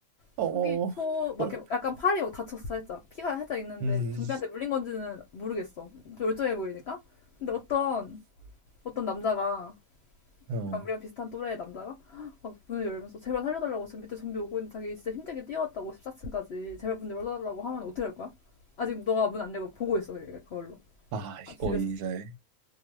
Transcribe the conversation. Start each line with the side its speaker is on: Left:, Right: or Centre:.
Right: 어,
Left: 속이
Right: 어,
Left: 초,
Right: 어.
Left: 막
Right: 뭘?
Left: 이렇게 약간 팔이 막 다쳤어, 살짝. 피가 살짝 있는데
Right: 음,
Left: 좀비한테 물린 건지는 모르겠어. 좀 멀쩡해 보이니까. 근데 어떤, 어떤 남자가,
Right: 어.
Left: 약간 우리랑 비슷한 또래의 남자가 막 문을 열면서 제발 살려달라고 지금 밑에 좀비 오고 있는데 자기 진짜 힘들게 뛰어왔다고 14층까지 제발 문 열어달라고 하면 어떻게 할 거야? 아직 너가 문 안 열고 보고 있어, 그게- 그걸로.
Right: 아, 이거
Left: 아, 집에서.
Right: 이제.